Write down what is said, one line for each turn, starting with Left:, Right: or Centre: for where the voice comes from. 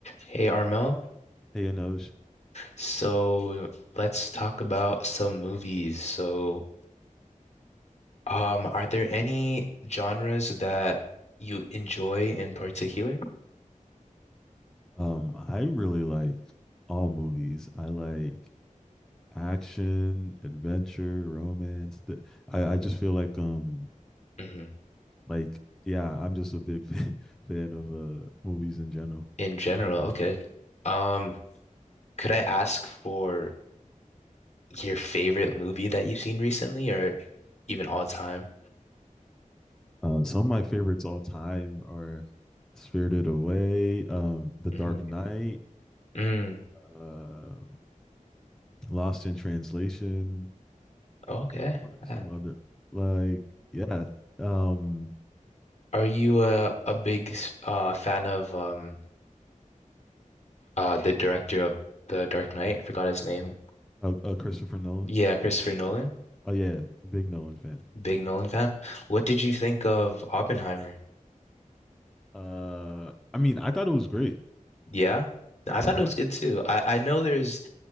Left: Hey Armel,
Centre: Hey, Anoj.
Left: so let's talk about some movies. So, um, are there any genres that you enjoy in particular?
Centre: Um, I really like all movies. I like action, adventure, romance. The, I, I just feel like um
Left: hmm
Centre: like yeah, I'm just a big <laughs> fan fan of uh movies in general.
Left: In general, okay. Um, could I ask for your favorite movie that you've seen recently or even all time?
Centre: Uh, some of my favorites all time are Spirited Away, um, The
Left: Mm-hmm.
Centre: Dark Knight,
Left: Mm,
Centre: uh, Lost in Translation.
Left: okay.
Centre: What are some
Left: Uh,
Centre: other like yeah, um,
Left: Are you a a big s- uh fan of um uh the director of The Dark Knight? I forgot his name.
Centre: uh, uh, Christopher Nolan.
Left: Yeah, Christopher Nolan.
Centre: Oh yeah, big Nolan fan.
Left: Big Nolan fan. What did you think of Oppenheimer?
Centre: Uh, I mean, I thought it was great.
Left: Yeah. I thought
Centre: What?
Left: it was good too. I I know there's